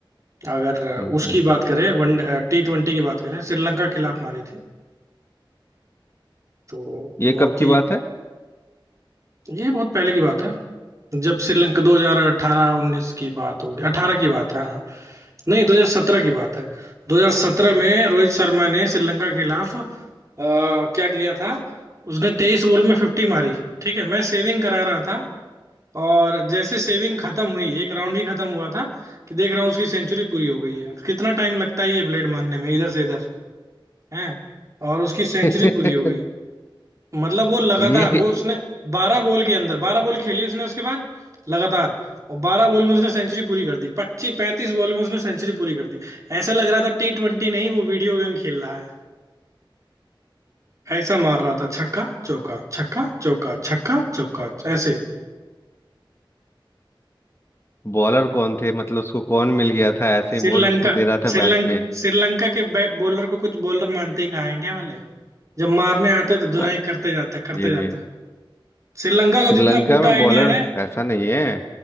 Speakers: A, on the right; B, on the left.
A: अगर अ,
B: हाँ,
A: उसकी
B: हाँ।
A: बात करें वन टी ट्वेंटी की बात करें श्रीलंका के खिलाफ मारी थी तो
B: ये
A: बहुत
B: कब की
A: ही
B: बात है
A: ये बहुत पहले की बात है जब श्रीलंका 2018-19 की बात होगी 18 की बात है हाँ नहीं 2017 की बात है 2017 में रोहित शर्मा ने श्रीलंका के खिलाफ अ, क्या किया था उसने 23 बॉल में 50 मारी ठीक है मैं सेविंग करा रहा था और जैसे सेविंग खत्म हुई एक राउंड ही खत्म हुआ था कि देख रहा हूँ उसकी सेंचुरी पूरी हो गई है कितना टाइम लगता है ये ब्लेड मारने में इधर से इधर है और उसकी सेंचुरी
B: <laughs>
A: पूरी हो गई मतलब वो लगातार
B: ये
A: वो उसने बारह बॉल के अंदर बारह बॉल खेली उसने उसके बाद लगातार और बारह बॉल में उसने सेंचुरी पूरी कर दी पच्चीस पैंतीस बॉल में उसने सेंचुरी पूरी कर दी ऐसा लग रहा था टी ट्वेंटी नहीं वो वीडियो गेम खेल रहा है ऐसा मार रहा था छक्का चौका छक्का चौका छक्का चौका ऐसे
B: बॉलर कौन थे मतलब उसको कौन मिल गया था ऐसे
A: श्रीलंका
B: ही बॉल उसको दे रहा था
A: श्रीलंका
B: बैट पे
A: श्रीलंका के बॉलर को कुछ बॉलर मानते ही कहाँ हैं इंडिया वाले जब मारने आते हैं तो धुनाई
B: हाँ,
A: करते जाते करते
B: ये
A: जाते
B: भी है
A: हैं श्रीलंका को
B: श्रीलंका
A: जितना कूटा
B: में
A: है
B: बॉलर
A: इंडिया ने
B: ऐसा नहीं है